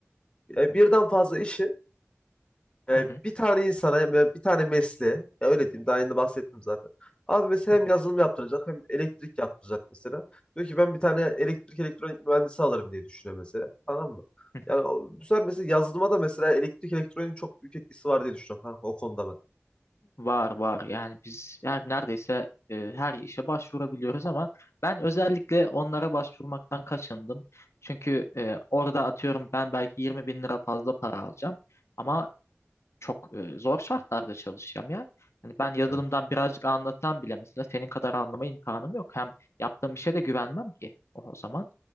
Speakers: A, on the left; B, on the left.
A: E, birden fazla işi e,
B: hı hı,
A: bir tane insana ya bir tane mesleğe ya öyle diyeyim daha yeni bahsettim zaten. Abi mesela
B: hı hı,
A: hem yazılım yaptıracak hem elektrik yaptıracak mesela. Diyor ki ben bir tane elektrik elektronik mühendisi alırım diye düşünüyor mesela. Tamam mı?
B: hı
A: Yani
B: hı.
A: o- bu sefer mesela yazılıma da mesela elektrik elektroniğin çok büyük etkisi var diye düşünüyorum kanka o konuda ben.
B: Var var yani biz her neredeyse e, her işe başvurabiliyoruz ama ben özellikle onlara başvurmaktan kaçındım. Çünkü e, orada atıyorum ben belki 20 bin lira fazla para alacağım ama çok e, zor şartlarda çalışacağım ya. Hani ben yazılımdan
A: Evet.
B: birazcık anlasam bile mesela senin kadar anlama imkanım yok. Hem yaptığım işe de güvenmem ki o zaman.